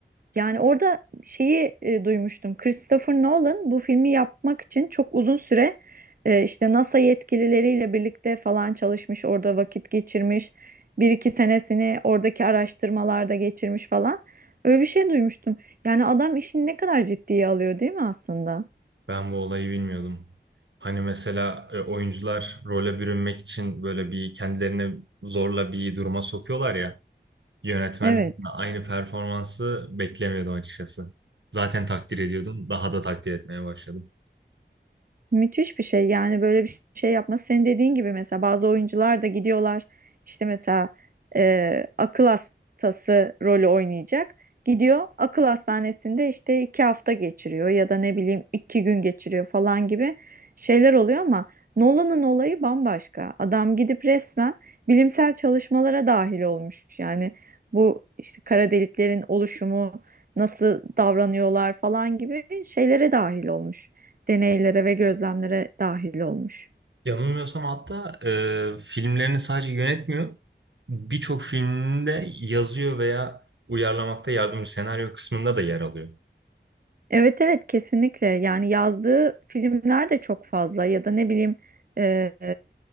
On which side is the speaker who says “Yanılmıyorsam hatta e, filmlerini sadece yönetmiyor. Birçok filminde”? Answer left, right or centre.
Right